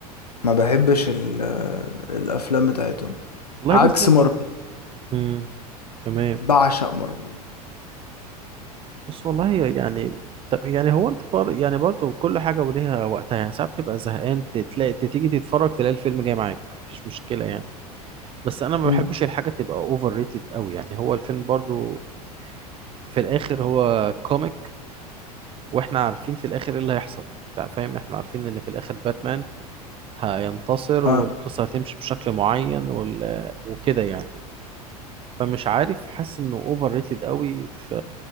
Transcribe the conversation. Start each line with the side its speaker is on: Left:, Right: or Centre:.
Left: ما بحبش ال- آه، الافلام بتاعتهم
Right: والله
Left: عكس
Right: بص
Left: مارفل
Right: مم. تمام
Left: بعشق مارفل
Right: بص والله يعني طب يعني هو انت بر... يعني برضه كل حاجه وليها وقتها يعني ساعات بتبقى زهقان تلاقي تيجي تتفرج تلاقي الفيلم جاي معاك مفيش مشكله يعني بس انا ما
Left: مم.
Right: بحبش الحاجه تبقى اوفر ريتد قوي يعني هو الفيلم برضه في الاخر هو كوميك واحنا عارفين في الاخر ايه اللي هيحصل انت فاهم احنا عارفين ان في الاخر باتمان هينتصر والقصه
Left: اه
Right: هتمشي بشكل معين وال... وكده يعني فمش عارف حاسس انه اوفر ريتد قوي ف...